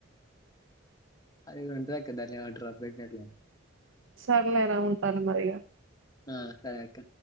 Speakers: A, on the left; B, on the right.
A: అది ఏదో ఉంటది అక్కా దాన్ని ఏమంటారో అర్థం కాట్లే
B: సర్లే రా ఉంటాను మరి ఇగ
A: ఆ సరే అక్క